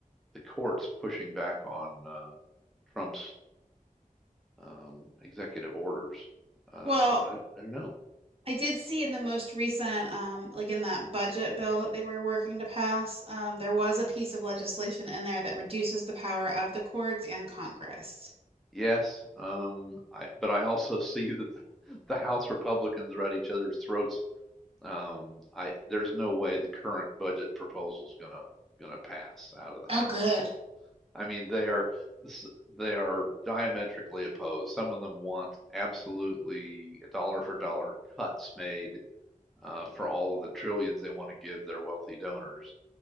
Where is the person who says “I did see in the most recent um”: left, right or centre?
Right